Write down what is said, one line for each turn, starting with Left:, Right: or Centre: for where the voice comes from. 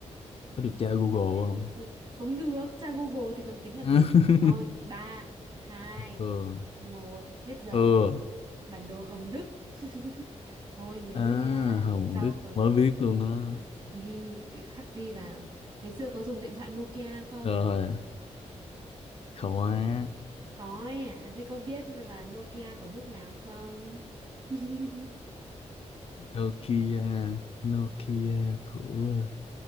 Right: Ừm,
Left: có được tra Google
Right: ngày
Left: không
Right: xưa. Không được, tra Google thì còn tính làm
Left: <laughs>
Right: gì nữa. Thôi, ba hai
Left: ừ
Right: một hết giờ.
Left: ừ
Right: Bản đồ Hồng Đức. <laughs> Thôi nhớ
Left: à
Right: nha,
Left: Hồng
Right: để sau
Left: Đức
Right: còn
Left: mới biết luôn đó
Right: ừ, ghi khắc ghi vào. Ngày xưa có dùng điện thoại Nokia không?
Left: rồi Khóa
Right: Ừ, Có ấy à, thế có biết là Nokia của nước nào không? <laughs>
Left: Nokia Nokia của